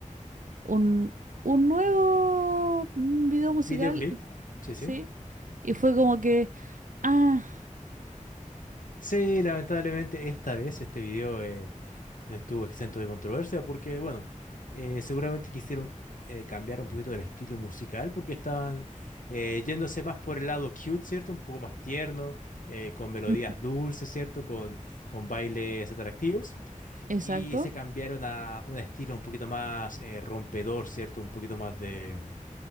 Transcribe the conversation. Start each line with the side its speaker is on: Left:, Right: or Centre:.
Right: Un, un nuevo mm, video musical,
Left: ¿Videoclip? Sí,
Right: ¿sí?
Left: sí.
Right: Y fue como que, ah,
Left: Sí, lamentablemente esta vez este video eh, no estuvo exento de controversia porque, bueno, eh, seguramente quisieron eh, cambiar un poquito del estilo musical porque estaban eh, yéndose más por el lado cute, ¿cierto? Un poco más tierno, eh, con melodías
Right: ujú,
Left: dulces, ¿cierto? Con, con bailes atractivos.
Right: exacto.
Left: y se cambiaron a un estilo un poquito más eh, rompedor, ¿cierto? Un poquito más de...